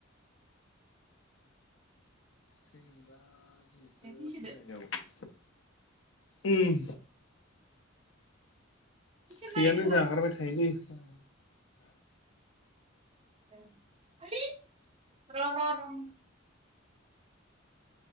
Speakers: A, on the left (about 70°); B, on the right (about 30°).
A: थै मोनबा दिनैसो
B: फिसिदो
A: फैनाय जागौवमोन। उम
B: फिसिनो
A: थैयानो
B: नागिरदोंमोन
A: जागारबाय थायोलै हो
B: <inaudible>